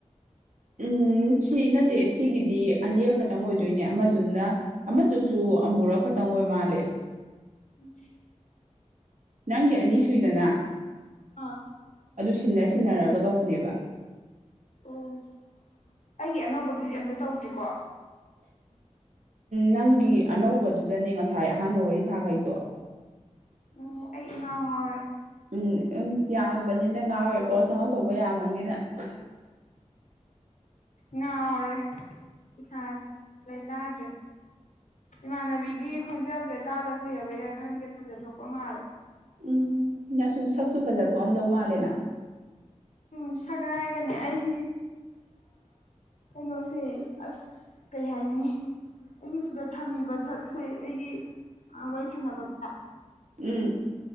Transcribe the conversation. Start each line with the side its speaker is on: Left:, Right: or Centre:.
Right: ꯎꯝ ꯁꯤ ꯅꯠꯇꯦ ꯁꯤꯒꯤꯗꯤ ꯑꯅꯤꯔꯛ ꯈꯛꯇꯪ ꯑꯣꯏꯗꯣꯏꯅꯦ ꯑꯃꯗꯨꯅ ꯑꯃꯗꯨꯁꯨ ꯑꯃꯕꯨꯔ ꯈꯛꯇꯪ ꯑꯣꯏ ꯃꯥꯜꯂꯦ
Left: ꯎꯝ
Right: ꯅꯪꯒꯤ ꯑꯅꯤ ꯁꯨꯏꯗꯅ
Left: ꯑꯥ
Right: ꯑꯗꯨ ꯁꯤꯟꯅ ꯁꯤꯟꯅꯔꯒ ꯇꯧꯕꯅꯦꯕ
Left: ꯑꯣ ꯑꯩꯒꯤ ꯑꯅꯧꯕꯗꯨꯗꯤ ꯑꯝꯇ ꯇꯧꯗ꯭ꯔꯤꯀꯣ
Right: ꯅꯪꯒꯤ ꯑꯅꯧꯕꯗꯨꯗꯅꯦ ꯉꯁꯥꯏ ꯑꯍꯥꯟꯕ ꯋꯥꯔꯤ ꯁꯥꯈꯩꯗꯣ
Left: ꯑꯣ ꯑꯩ ꯏꯉꯥꯎ ꯉꯥꯎꯋꯦ
Right: ꯎꯝ ꯌꯥꯝꯃꯕꯅꯤꯅ ꯉꯥꯎꯔꯦꯀꯣ ꯆꯪꯉꯧ ꯊꯣꯛꯣꯛꯄ ꯌꯥꯝꯃꯕꯅꯤꯅ <unintelligible>
Left: ꯉꯥꯎꯔꯦ ꯏꯁꯥ ꯂꯩꯇꯥꯗ꯭ꯔꯦ ꯏꯃꯥꯟꯅꯕꯤꯒꯤ ꯈꯣꯟꯖꯦꯜꯁꯦ ꯇꯥꯗ ꯀꯨꯏꯔꯕꯩꯔꯥ ꯈꯪꯗꯦ ꯐꯖ ꯊꯣꯛꯣꯛꯄ ꯃꯥꯜꯂꯦ
Right: ꯎꯝ ꯅꯪꯁꯨ ꯁꯛꯁꯨ ꯐꯖ ꯊꯣꯛꯑꯝꯗꯧ ꯃꯥꯜꯂꯦꯅ
Left: ꯎꯝ ꯁꯛꯒ ꯍꯥꯏꯔꯒꯅꯦ ꯑꯩꯗꯤ ꯀꯩꯅꯣꯁꯦ ꯑꯁ ꯀꯩ ꯍꯥꯏꯅꯤ ꯑꯩꯅ ꯁꯤꯗ ꯊꯝꯃꯤꯕ ꯁꯛꯁꯦ ꯑꯩꯒꯤ ꯋꯥꯔꯤ ꯁꯥꯟꯅꯕ ꯀꯌꯥ
Right: ꯎꯝ